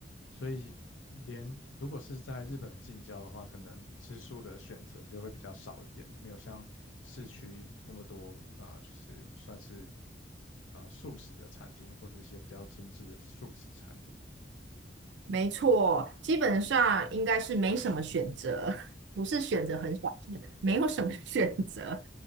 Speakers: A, on the left; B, on the right.
A: 所以连如果是在日本的近郊的话，可能吃素的选择就会比较少一点，没有像市区那么多啊、呃就是算是啊素食的餐厅或者一些比较精致的素食餐点。
B: 没错，基本上应该是没什么选择，<laughs> 不是选择很少，是没有什么 <laughs> 选择。